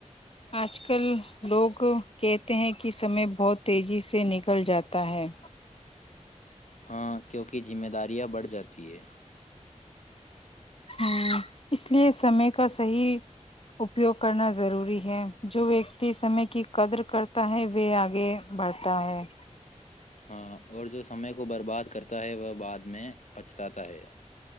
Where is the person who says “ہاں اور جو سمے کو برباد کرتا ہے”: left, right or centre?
Left